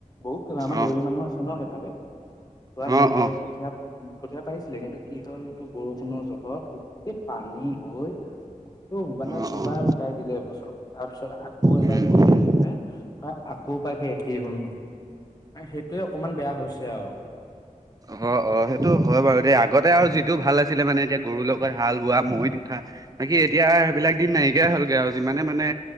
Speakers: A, on the left; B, on the right.
A: বহুত ক আমাৰ
B: অ',
A: দেউৰী মানুহ আছে নেই পালে বাোৱা সিহতে
B: অ', অ',
A: কঠীয়া - কঠীয়া পাৰিছিলে কিন্তু কি হ'ল তটো বৰষুণৰ জহত গোটেই পানী হৈ টো মানে
B: অ',
A: সেইবাৰ
B: অ',
A: উটাই দিলে এইবোৰ চব তাৰ পিছত আকৌ এবাৰ
B: উম,
A: কৰিলে
B: উম।
A: সিহতে কো পাখি একেই হ'ল নহয় সেইটোৱেই অকমান বেয়া হৈছে আৰু
B: অ - অ সেইটো হয় বাৰু দ আগতে আৰু যি সেতোয়েও ভাল আছিলে মানে এতিয়া গৰুৰ লগত হাল বোৱা মৈত উঠা বাকি এতিয়া সেইবিলাক দিন নাইকিয়াই হলগৈ আৰু মানে - মানে